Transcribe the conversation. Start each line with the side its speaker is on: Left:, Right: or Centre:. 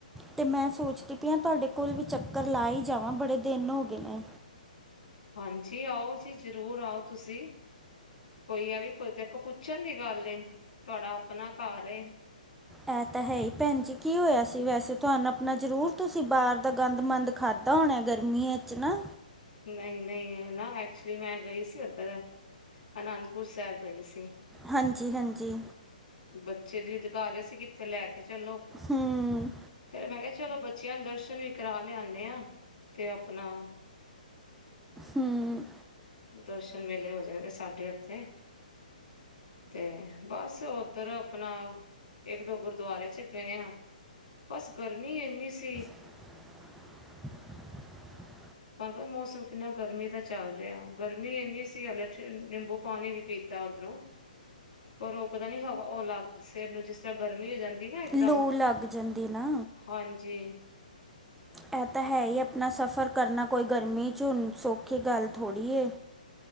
Centre: ਤੇ ਮੈਂ ਸੋਚਦੀ ਪਈ ਆ ਤੁਹਾਡੇ ਕੋਲ ਵੀ ਚੱਕਰ ਲਾ ਹੀ ਜਾਵਾਂ, ਬੜੇ ਦਿਨ ਹੋ ਗਏ ਨੇ।
Left: ਹਾਂਜੀ, ਆਓ ਜੀ, ਜ਼ਰੂਰ ਆਓ ਤੁਸੀਂ। ਕੋਈ ਆ ਵੀ ਦੇਖੋ ਪੁੱਛਣ ਦੀ ਗੱਲ ਏ, ਤੁਹਾਡਾ ਆਪਣਾ ਘਰ ਏ
Centre: ਇਹ ਤਾਂ ਹੈ ਹੀ ਭੈਣ ਜੀ, ਕੀ ਹੋਇਆ ਸੀ ਵੈਸੇ ਤੁਹਾਨੂੰ ਆਪਣਾ ਜ਼ਰੂਰ ਤੁਸੀਂ ਬਾਹਰ ਦਾ ਗੰਦ ਮੰੰਦ ਖਾਧਾ ਹੋਣਾ ਗਰਮੀਆਂ 'ਚ ਨਾ।
Left: ਨਹੀਂ ਨਹੀਂ, ਐ ਨਾ ਐਕਚੁਲੀ ਮੈਂ ਗਈ ਸੀ ਉੱਧਰ ਅਨੰਦਪੁਰ ਸਾਹਿਬ ਗਈ ਸੀ।
Centre: ਹਾਂਜੀ ਹਾਂਜੀ।
Left: ਬੱਚੇ ਜਿੱਦ ਕਰ ਰਹੇ ਸੀ ਕਿੱਥੇ ਲੈ ਕੇ ਚਲੋ।
Centre: ਹਮ।
Left: ਫੇਰ ਮੈਂ ਕਿਹਾ ਚਲੋ ਬੱਚਿਆਂ ਨੂੰ ਦਰਸ਼ਨ ਵੀ ਕਰਾ ਲਿਆਨੇ ਆ ਤੇ ਆਪਣਾ
Centre: ਹਮ।
Left: ਦਰਸ਼ਨ ਮੇਲੇ ਹੋ <unintelligible> ਸਾਡੇ ਉੱਥੇ ਤੇ ਬਸ ਓਧਰ ਆਪਣਾ ਇੱਕ ਦੋ ਗੁਰਦੁਆਰੇ 'ਚ ਗਏ ਆ, ਬਸ ਗਰਮੀ ਇੰਨੀ ਸੀ
Centre: <inaudible>
Left: ਤੁਹਾਨੂੰ ਪਤਾ ਮੌਸਮ ਕਿੰਨਾ ਗਰਮੀ ਦਾ ਚੱਲ ਰਿਹਾ, ਗਰਮੀ ਇੰਨੀ ਸੀ ਹਲੇ ਨਿੰਬੂ ਪਾਣੀ ਵੀ ਪੀਤਾ ਉੱਧਰੋਂ। ਪਰ ਉਹ ਪਤਾ ਨੀ ਹਵਾ ਉਹ ਲਗ ਸਿਰ ਨੂੰ ਜਿਸ ਤਰ੍ਹਾਂ ਗਰਮੀ ਹੋ ਜਾਂਦੀ ਨਾ ਇਕਦਮ
Centre: ਲੂਹ ਲੱਗ ਜਾਂਦੀ ਨਾ।
Left: ਹਾਂਜੀ।
Centre: ਇਹ ਤਾਂ ਹੈ ਹੀ ਆਪਣਾ ਸਫ਼ਰ ਕਰਨਾ ਕੋਈ ਗਰਮੀ 'ਚ ਹੁਣ ਸੌਖੀ ਗੱਲ ਥੋੜ੍ਹੀ ਹੈ।